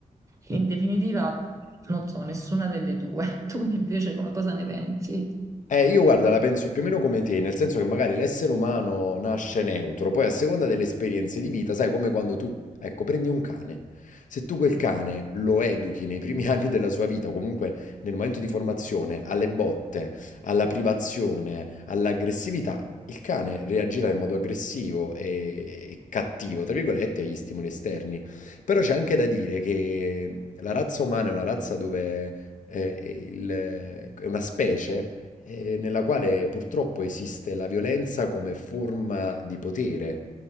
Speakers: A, on the right; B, on the left.
A: in definitiva, non so, nessuna delle due. <laughs> Tu invece co- cosa ne pensi?
B: Eh, io guarda, la penso più o meno come te, nel senso che magari l'essere umano nasce neutro, poi a seconda delle esperienze di vita, sai, come quando tu, ecco, prendi un cane. Se tu quel cane lo educhi nei primi <laughs> anni della sua vita, o comunque nel momento di formazione, alle botte, alla privazione, all'aggressività, il cane reagirà in modo aggressivo e, e cattivo, tra virgolette, agli stimoli esterni. Però c'è anche da dire che la razza umana è una razza dove... eh, il- è una specie eh, nella quale purtroppo esiste la violenza come forma di potere